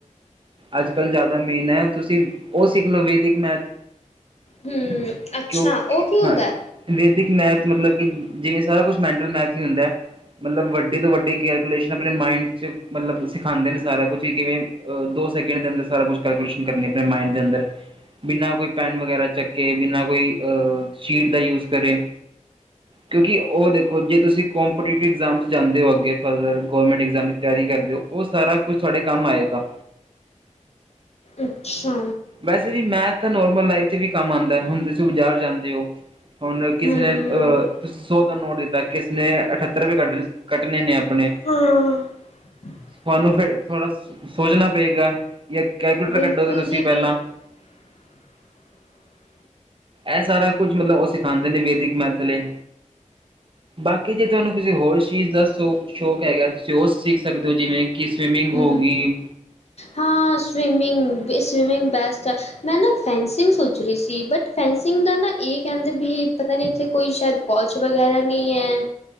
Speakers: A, on the right; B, on the left.
A: ਅੱਜ-ਕੱਲ੍ਹ ਜ਼ਿਆਦਾ ਮੇਨ ਹੈ ਤੁਸੀਂ ਉਹ ਸਿੱਖ ਲਓ ਵੈਦਿਕ ਮੈਥ
B: ਹਮ ਅੱਛਾ
A: ਕਿਉਂ
B: ਉਹ ਕੀ ਹੁੰਦਾ
A: ਹਾਂ ਵੈਦਿਕ ਮੈਪ ਮਤਲਬ ਕਿ, ਜਿਵੇਂ ਸਾਰਾ ਕੁਛ ਮੈਂਟਲ ਮੈਥ ਹੀ ਹੁੰਦਾ ਹੈ ਮਤਲਬ ਵੱਡੇ ਤੋਂ ਵੱਡੇ, ਕੈਲਕੁਲੇਸ਼ਨ ਆਪਣੇ ਮਾਈਡ ਚ ਮਤਲਬ ਸਿਖਾਦੇ ਸਾਰਾ ਕੁਛ ਈ ਕਿਵੇਂ ਦੋ ਸੈਕਿੰਡ ਅੰਦਰ ਸਾਰਾ ਕੁਛ ਕੈਲਕੂਲੇਸ਼ਨ ਕਰਨੀ ਆਪਣੇ ਮਾਈਂਡ ਦੇ ਅੰਦਰ, ਬਿਨਾਂ ਕੋਈ ਪੈੱਨ ਵਗੈਰਾ ਚੱਕੇ ਬਿਨਾਂ ਕੋਈ ਅਹ ਸ਼ੀਟ ਦਾ ਯੂਜ ਕਰੇ ਕਿਉਂਕਿ ਉਹ ਦੇਖੋ ਜੇ ਤੁਸੀਂ ਕੋਂਪੀਟੀਟਿਵ ਐਗਜ਼ਾਮ ਜਾਂਦੇ ਹੋ ਅੱਗੇ ਫ ਗਰਮੈਂਟ ਇਗਜ਼ਾਮ ਦੀ ਤਿਆਰੀ ਕਰਦੇ ਹੋ ਉਹ ਸਾਰਾ ਕੁਛ ਤੁਡੇ ਕੰਮ ਆਏਗਾ
B: ਅੱਛਾ,
A: ਵੈਸੇ ਵੀ ਮੈਥ ਤਾਂ ਨੋਰਮਲ ਲਾਈਫ ਚ ਵੀ ਕੰਮ ਆਦਾ ਹੁੰਣ ਤੁਸੀਂ ਬਾਜ਼ਾਰ ਜਾਂਦੇ ਹੋ ਹੁਣ ਕਿਸੇ
B: ਹਮ
A: ਨੇ ਅਹ ਤੁਸੀਂ ਸੌ ਦਾ ਨੋਟ ਦਿੱਤਾ ਕਿਸਨੇ ਅਠੱਤਰ ਰੁਪਏ ਕੱਢ ਕੱਟਣੇ ਨੇ ਆਪ ਆਪਣੇ
B: ਪਰੇਸ਼ਾਨ <unintelligible>
A: ਤੁਹਾਨੂੰ ਫਿਰ ਥੋੜ੍ਹਾ ਸੋਚਣਾ ਪਏਗਾ ਜਾਂ ਕੈਲਕੂਲੇਟਰ
B: ਬਿਲਕੁਲ
A: ਕੱਢੋਗੇ ਤੁਸੀਂ
B: ਜੀ
A: ਪਹਿਲਾਂ
B: <unintelligible>
A: ਇਹ ਸਾਰਾ ਕੁਝ ਮਤਲਬ ਉਹ ਸਿਖਾਉਂਦੇ ਨੇ ਵੈਦਿਕ ਮੈਥਲੇ ਬਾਕੀ ਜੇ ਤੁਹਾਨੂੰ ਕਿਸੇ ਹੋਰ ਚੀਜ਼ ਦੱਸੋ? ਸ਼ੌਕ ਹੈਗਾ ਤੁਸੀਂ ਉਹ ਸਿੱਖ ਸਕਦੇ ਹੋ ਜਿਵੇਂ ਕਿ ਸਵਿਮਿੰਗ
B: ਹੂੰ
A: ਹੋ ਗਈ।
B: ਹਾਂ ਸਵਿਮਿੰਗ ਸਵੀਮਿੰਗ ਬੈਸਟ ਹੈ ਮੈਂ ਨਾ ਫੈਂਸਿੰਗ ਸੋਚ ਰਹੀ ਸੀ ਬਟ ਫੈਂ ਸਵਿਮਿੰਗ ਦਾ ਨਾ ਇਹ ਕਹਿੰਦੇ ਵੀ ਪਤਾ ਨੀ ਇੱਥੇ ਕੋਈ ਸ਼ਾਇਦ ਕੋਜ ਵਗੈਰਾ ਨਹੀਂ ਹੈ।